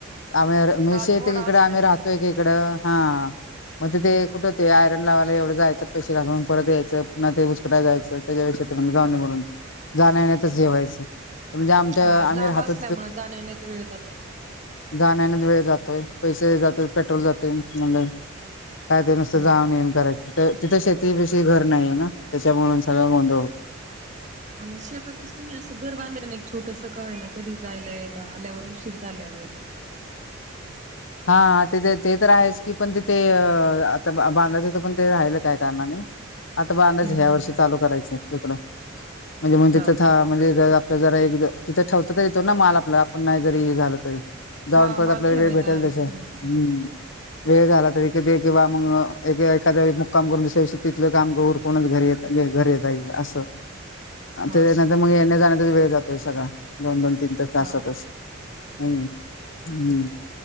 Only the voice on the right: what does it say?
हात
थोडा
असल्यामुळे
हा
लांब
असल्यामुळे
जाण्यायेण्यात वेळ जातो
हम्म
आ म शेतातच तुम्ही असं घर बांधाय एक छोटास का होईना ना कधी जायला यायला आल्यावर उशीर झाल्यावर.
हम्म
हम्म
हा
हा माल
ठेवायला
हम्म
हा
हा